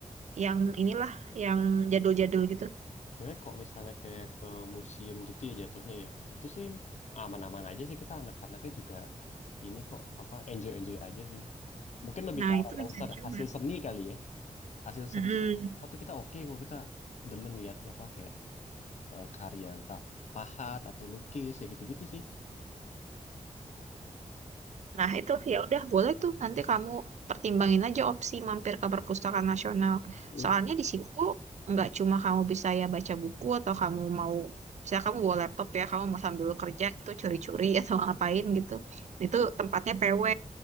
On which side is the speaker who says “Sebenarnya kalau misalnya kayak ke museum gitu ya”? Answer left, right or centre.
Left